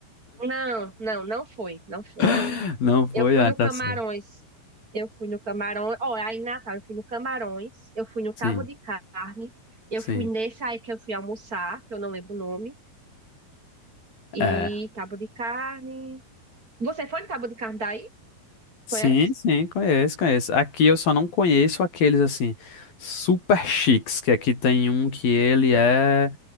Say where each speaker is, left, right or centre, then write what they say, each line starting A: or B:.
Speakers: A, on the right; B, on the left.
A: Não, não, não foi, não foi.
B: <laughs> Não foi?
A: Eu fui
B: Ah,
A: no
B: tá
A: Camarões.
B: certo.
A: Eu fui no Camarões. Ó, aí em Natal, eu fui no Camarões, eu fui no
B: Sim,
A: Cabo de Carne, eu
B: sim.
A: fui nesse aí que eu fui almoçar, que eu não lembro o nome. E
B: É.
A: Cabo de Carne. Você foi no Cabo de Carne daí?
B: Sim,
A: Conhece?
B: sim, conheço, conheço. Aqui eu só não conheço aqueles assim, super chiques, que aqui tem um que ele é.